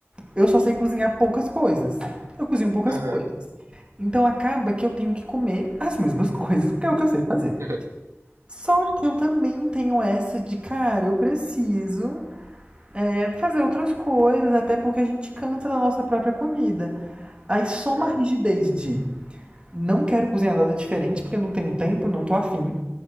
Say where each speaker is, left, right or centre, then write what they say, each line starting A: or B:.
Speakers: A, on the right; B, on the right.
A: eu só sei cozinhar poucas coisas. Eu cozinho poucas
B: aham,
A: coisas. Então acaba que eu tenho que comer as mesmas coisas, porque é o que eu sei fazer.
B: <laughs>
A: Só que eu também tenho essa de, cara, eu preciso é, fazer outras coisas, até porque a gente cansa da nossa própria comida. Aí soma
B: aham,
A: a rigidez de não quero cozinhar nada diferente porque não tenho tempo, não tô afim.